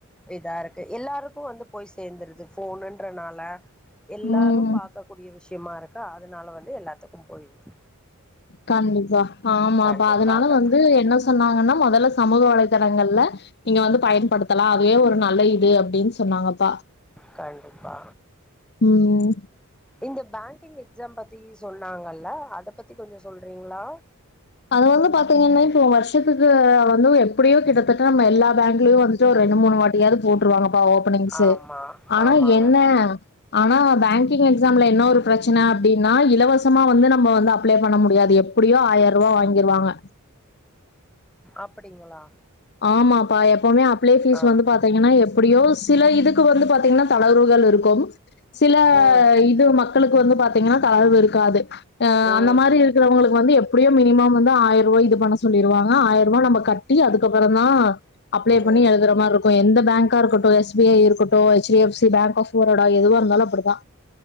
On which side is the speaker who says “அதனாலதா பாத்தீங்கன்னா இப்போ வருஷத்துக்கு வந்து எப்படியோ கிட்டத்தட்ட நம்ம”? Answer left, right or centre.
Left